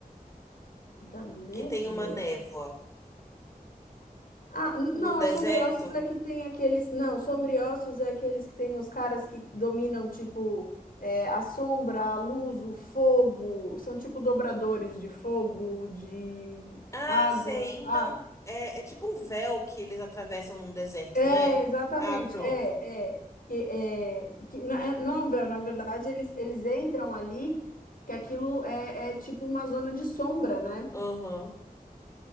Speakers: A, on the left; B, on the left.
A: Da Névoa?
B: que tem uma névoa
A: Ah, n-
B: num
A: não,
B: deserto.
A: a Sombriossos é que tem aqueles. Não, Sombriossos é aqueles que tem os caras que dominam, tipo, é, a sombra, a luz, o fogo. São tipo dobradores de fogo, de
B: Ah,
A: água.
B: sei. Então,
A: Ah,
B: é, é tipo um véu que eles atravessam num deserto,
A: é,
B: não é?
A: exatamente.
B: Ah, pronto.
A: É, é. Que, é, que não é, não é um véu, na verdade, eles, eles entram ali, que aquilo é, é tipo uma zona de sombra, né?
B: Aham.